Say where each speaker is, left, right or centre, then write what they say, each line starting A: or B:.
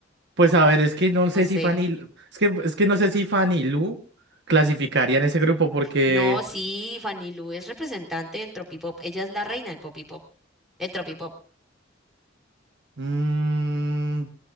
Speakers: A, on the right (about 60°); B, in the centre.
A: Pues a ver, es que no sé
B: No
A: si
B: sé.
A: Fanny, es que, es que no sé si Fanny Lu clasificaría en ese grupo porque.
B: No, sí, Fanny Lu es representante del tropipop. Ella es la reina del popipop, del tropipop.
A: mm,